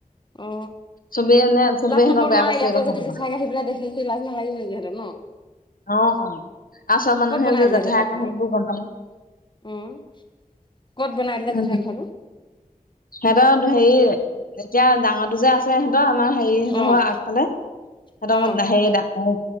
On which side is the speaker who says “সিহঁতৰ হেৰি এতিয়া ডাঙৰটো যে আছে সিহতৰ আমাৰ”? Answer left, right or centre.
Left